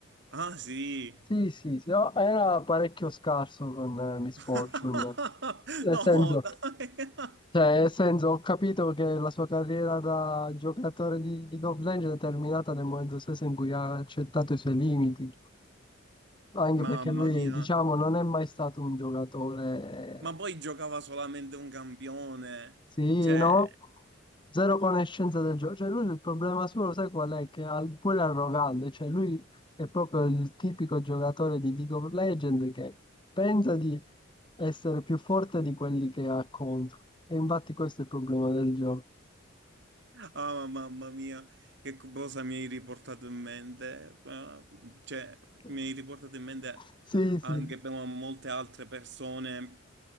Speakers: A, on the right; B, on the left.
A: Ah sì.
B: Sì, sì, sì, no, era parecchio scarso con eh, Miss
A: <laughs>
B: Fortune. Nel
A: No,
B: senso,
A: dai. <laughs>
B: cioè, nel senso, ho capito che la sua carriera da giocatore di League of Legends è terminata nel momento stesso in cui ha accettato i suoi limiti, anche
A: Mamma
B: perché lui,
A: mia.
B: diciamo, non è mai stato un giocatore
A: Ma poi giocava solamente un campione.
B: Sì,
A: Cioè,
B: no? Zero conoscenza del gioco. Cioè, lui il problema suo, lo sai qual è? Che è pure arrogante. Cioè, lui è proprio il tipico giocatore di League of Legends che pensa di essere più forte di quelli che ha contro. E infatti questo è il problema del gioco.
A: Ah, mamma mia, che cosa mi hai riportato in mente? Ah, Cioè,
B: <laughs>
A: mi hai riportato in mente
B: Sì, sì.
A: anche per molte altre persone